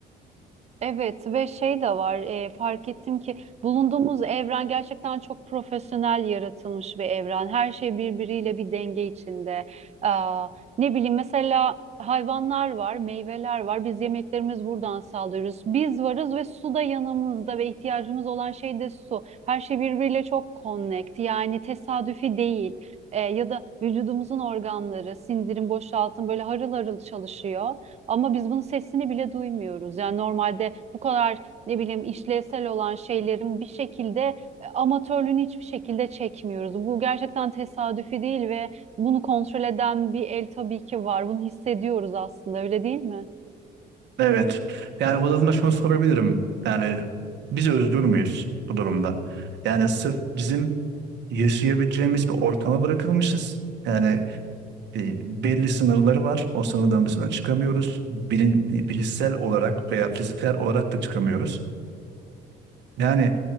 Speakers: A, on the right; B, on the right.
A: Evet ve şey de var e, fark ettim ki bulunduğumuz evren gerçekten çok profesyonel yaratılmış bir evren. Her şey birbiriyle bir denge içinde. Aa, ne bileyim mesela hayvanlar var, meyveler var. Biz yemeklerimiz buradan sağlıyoruz. Biz varız ve su da yanımızda ve ihtiyacımız olan şey de su. Her şey birbiriyle çok connect yani tesadüfi değil. E, ya da vücudumuzun organları, sindirim, boşaltım böyle harıl harıl çalışıyor. Ama biz bunun sesini bile duymuyoruz. Yani normalde bu kadar ne bileyim işlevsel olan şeylerin bir şekilde e, amatörlüğünü hiçbir şekilde çekmiyoruz. Bu gerçekten tesadüfi değil ve bunu kontrol eden bir el tabii ki var. Bunu hissediyoruz aslında, öyle değil mi?
B: Evet. Yani bu durumda şunu sorabilirim. Yani biz özgür müyüz bu durumda? Yani sırf bizim yaşayabileceğimiz bir ortama bırakılmışız. Yani e, belli sınırları var. O sınırların dışına çıkamıyoruz. Bilin, e, bilişsel olarak veya fiziksel olarak da çıkamıyoruz. Yani